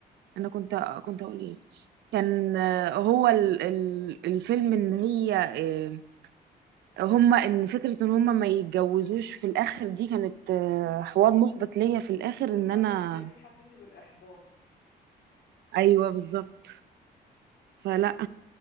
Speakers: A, on the right; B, on the left.
A: انا كنت كنت اقول ايه كان آه، هو ال ال الفيلم ان هي آه هما ان فكرة ان هما ما يتجوزوش في الاخر دي كانت آه حوار محبط ليا في الاخر
B: كنت لسه
A: ان
B: اقول
A: انا
B: لك انت اكيد حسيتي بالاحباط
A: ايوه بالظبط فلا